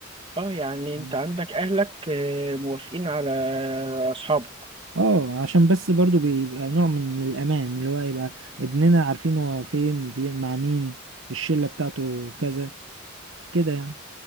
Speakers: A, on the right (about 25°); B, on the right (about 70°).
A: اه يعني انت
B: يعني
A: عندك اهلك آه، موافقين على اصحابك
B: اه عشان بس برضو بيبقى نوع من الأمان اللي هو يبقى ابننا عارفين هو فين بي- مع مين الشلة بتاعته كذا كده يعني